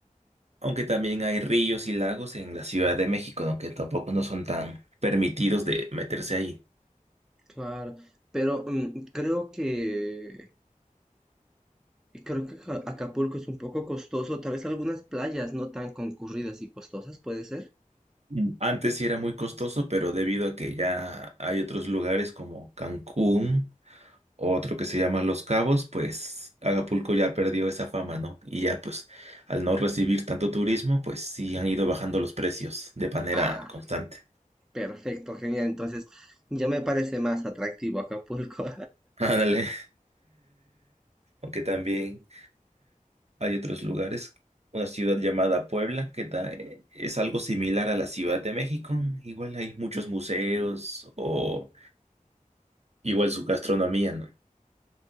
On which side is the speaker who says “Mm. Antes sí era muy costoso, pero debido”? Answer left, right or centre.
Right